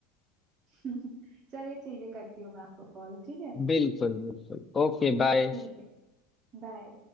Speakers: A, on the right (about 20°); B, on the left (about 15°).
A: <laughs> चलिए ठीक है करती हूँ मैं आपको कॉल ठीक है
B: बिल्कुल बिल्कुल Okay bye
A: ठीक है बाय